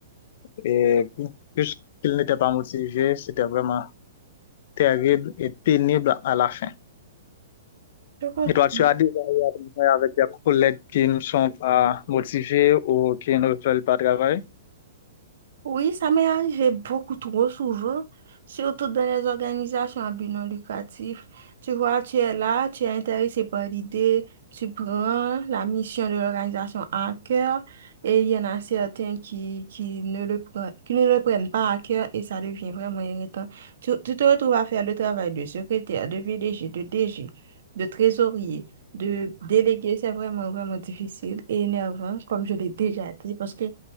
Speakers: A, on the left (about 40°); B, on the right (about 60°).
A: et puisqu'il n'était pas motivé, c'était vraiment terrible et pénible à la fin.
B: Je comprends.
A: Et toi, tu as déjà eu avec des collègues qui ne sont pas motivés ou qui ne veulent pas travailler?
B: Oui, ça m'est arrivé beaucoup trop souvent, surtout dans les organisations à but non lucratif. Tu vois, tu es là, tu es intéressé par l'idée, tu prends la mission de l'organisation à cœur et il y en a certains qui, qui ne le prennent, qui ne le prennent pas à cœur et ça devient vraiment irritant. Tu, tu te retrouves à faire le travail de secrétaire, de VDG, de DG, de trésorier, de délégué. C'est vraiment, vraiment difficile et énervant, comme je l'ai déjà dit, parce que